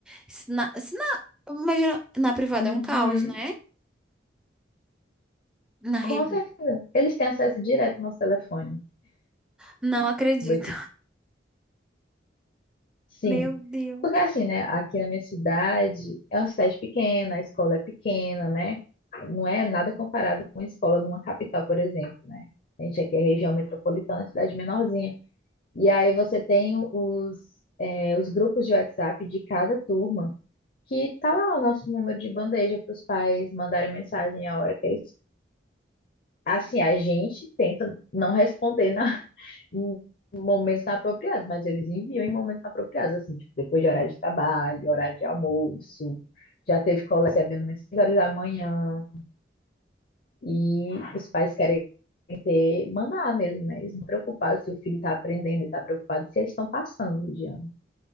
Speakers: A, in the centre; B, on the left (about 50°).
A: Se na, se na- imagina, na privada
B: Uhum.
A: é um caos, né? Na rede.
B: Com certeza. Eles têm acesso direto ao nosso telefone.
A: Não acredito.
B: Vou te... Sim.
A: Meu Deus.
B: Porque assim, né? Aqui na minha cidade é uma cidade pequena, a escola é pequena, né? Não é nada comparado com a escola numa capital, por exemplo, né? A gente aqui é região metropolitana, cidade menorzinha. E aí você tem os, é, os grupos de WhatsApp de cada turma, que tá lá o nosso número de bandeja para os pais mandarem mensagem a hora que eles. Assim, a gente tenta não responder na em momentos apropriados, mas eles enviam em momentos apropriados, assim, tipo, depois de horário de trabalho, horário de almoço. Já teve colega recebendo umas 6 horas da manhã. E os pais querem ter, mandar mesmo, né? Eles não estão preocupados se o filho está aprendendo, ele está preocupado se eles estão passando de ano.